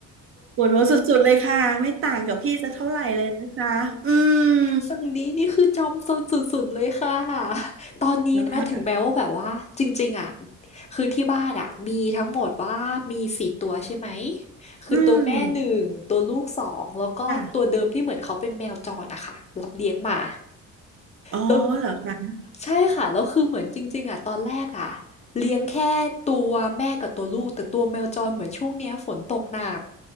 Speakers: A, on the right (about 45°); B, on the left (about 25°).
A: ปวดหัวสุดๆเลยค่ะ ไม่ต่างกับพี่จะเท่าไหร่เลยนะคะอืม
B: ฝั่งนี้นี่คือจอมซนสุดๆเลยค่ะ <laughs> ตอนนี้นะถึงแม้ว่าแบบว่าจริงๆอ่ะ
A: นะคะ
B: คือที่บ้านอ่ะมีทั้งหมดว่ามีสี่ตัวใช่ไหมคือตัวแม่หนึ่งตัวลูกสองแล้วก็ตัวเดิมที่เหมือนเขาเป็นแมวจรอะค่ะรับเลี้ยงมา
A: อืมค่ะ อ๋อเหรอคะ
B: แล้วใช่ค่ะแล้วคือเหมือนจริงๆอ่ะตอนแรกอ่ะเลี้ยงแค่ตัวแม่กับตัวลูกแต่ตัวแมวจรเหมือนช่วงเนี้ยฝนตกหนัก